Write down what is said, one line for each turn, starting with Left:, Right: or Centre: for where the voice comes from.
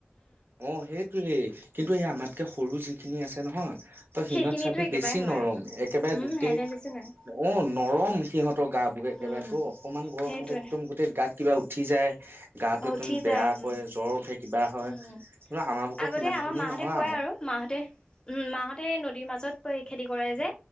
Right: অ সেইটোয়েই কিন্তু এই আমাত কে সৰু যি। খিনি আছে নহয় ত সিহঁত
Left: সেইখিনিতো
Right: চাবি
Left: একেবাৰে
Right: বেছি
Left: নোৱাৰে
Right: নৰম একেবাৰে
Left: উম
Right: গোটেই
Left: সিহঁতে বেছি নোৱাৰে
Right: অ নৰম সিহঁতৰ গা বোৰে একেবাৰে
Left: উম
Right: ত অকমান গৰমত
Left: সেইটোৱে
Right: একদম গোটেই গাত কিবা উঠি যায় গাটো
Left: উঠি
Right: একদম বেয়া
Left: যায় উম
Right: কয় জ্বৰ উঠে কিবা হয়।
Left: উম
Right: আমাৰ বুকৰ
Left: আগতে
Right: সিমান
Left: আমাৰ
Right: খিনি
Left: মাহতে
Right: নহয়
Left: কয় আৰু মাহতে উম মাহতে নদীৰ মাজত পই খেতি কৰে য়ে।